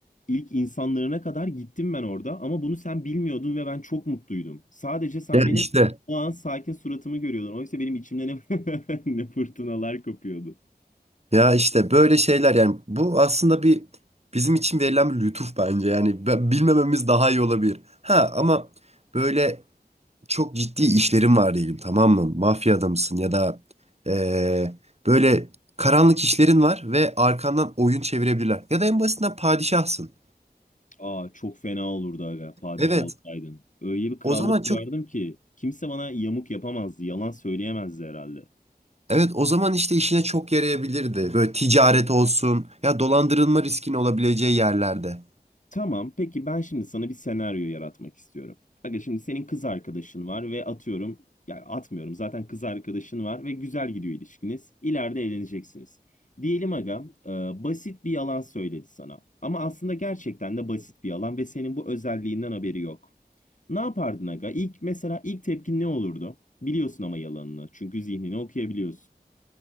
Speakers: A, on the left; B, on the right.
A: İlk insanlarına kadar gittim ben orada ama bunu sen bilmiyordun ve ben çok mutluydum. Sadece sen
B: Ya
A: benim
B: işte.
A: o an sakin suratımı görüyordun. Oysa benim içimde ne, <laughs> ne fırtınalar kopuyordu.
B: Ya işte böyle şeyler yani bu aslında bir bizim için verilen bir lütuf bence. Yani be- bilmememiz daha iyi olabilir. Ha ama böyle çok ciddi işlerim var diyelim tamam mı? Mafya adamısın ya da eee, böyle karanlık işlerin var ve arkandan oyun çevirebilirler. Ya da en basitinden padişahsın.
A: Aa çok fena olurdu aga padişah
B: Evet
A: olsaydın. Öyle bir krallık
B: o zaman çok
A: kurardım ki kimse bana yamuk yapamazdı, yalan söyleyemezdi herhalde.
B: evet o zaman işte işine çok yarayabilirdi. Böyle ticaret olsun ya dolandırılma riskin olabileceği yerlerde.
A: Tamam, peki ben şimdi sana bir senaryo yaratmak istiyorum. Aga şimdi senin kız arkadaşın var ve atıyorum, ya atmıyorum zaten kız arkadaşın var ve güzel gidiyor ilişkiniz. İleride evleneceksiniz. Diyelim aga, e, basit bir yalan söyledi sana. Ama aslında gerçekten de basit bir yalan ve senin bu özelliğinden haberi yok. Ne yapardın aga? İlk mesela ilk tepkin ne olurdu? Biliyorsun ama yalanını. Çünkü zihnini okuyabiliyorsun.